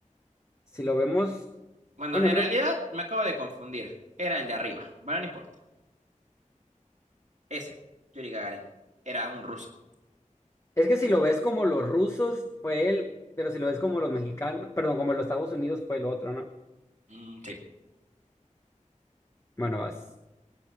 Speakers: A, on the left; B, on the right.
A: si lo vemos,
B: Bueno,
A: bueno,
B: en
A: creo,
B: realidad me acabo de confundir. Era el de arriba, pero no importa. Ese, Yuri Gagarin, era un ruso.
A: es que si lo ves como los rusos, fue él, pero si lo ves como los mexicanos, perdón, como los Estados Unidos, fue el otro, ¿no?
B: Mm, sí.
A: Bueno, vas.